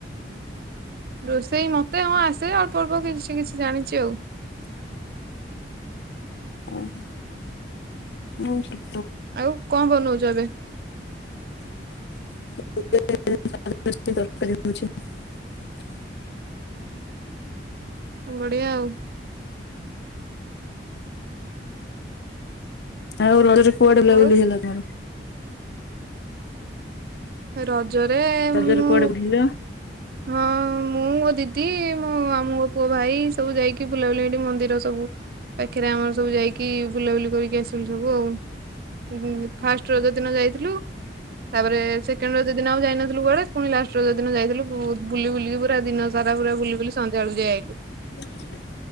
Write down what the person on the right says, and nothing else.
ରୋଷେଇ ମତେ ହଁ ଆସେ ଅଳ୍ପ ଅଳ୍ପ କିଛି କିଛି ଜାଣିଛି ଆଉ।
ଆଉ କଣ ବନଉଛ ଏବେ?
ବଢିଆ ଆଉ।
ଆଉ
ରଜରେ
ମୁଁ
ହଁ ମୁଁ ଦିଦି ମୋ ମାମୁଁଙ୍କ ପୁଅ ଭାଇ ସବୁ ଯାଇକି ବୁଲାବୁଲି ଏଠି ମନ୍ଦିର ସବୁ ପାଖରେ ଆମର ସବୁ ଯାଇକି ବୁଲାବୁଲି କରିକି ଆସିଲୁ ସବୁ ଆଉ ଉଁ ଉଁ ଫାଷ୍ଟ ରଜ ଦିନ ଯାଇଥିଲୁ ତାପରେ ସେକେଣ୍ଡ ରଜ ଦିନ ଆଉ ଯାଇନଥିଲୁ ଥିଲୁ କୁଆଡେ଼ ପୁଣି ଲାଷ୍ଟ ରଜ ଦିନ ଯାଇଥିଲୁ ବୁଲି ବୁଲିକି ପୁରା ଦିନ ସାରା ପୁରା ବୁଲି ବୁଲି ସଞ୍ଜ ବେଳୁ ଯାଇ ଆଇଲୁ।